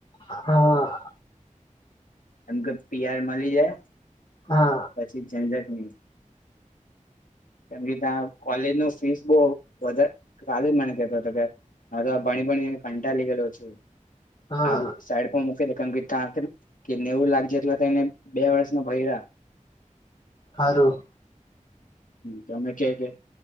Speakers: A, on the left; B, on the left.
A: હા.
B: એમ કે પીઆર મલી જાય
A: હા
B: પછી ઝંજટ ની. કેમ કે તા કોલેજ નુ ફીસ બહુ વધારે કાલે જ મને કેતો તો કે હવે તો ભણી ભણીને કંટાલી ગેલો છું
A: હા
B: આ સાઈડ પર મૂકી દે કેમ કે તા કે નેવું લાખ જેટલા એટલે તો એને બે વર્ષ ના ભર્યા.
A: હારું.
B: તમે કેઈ તેમ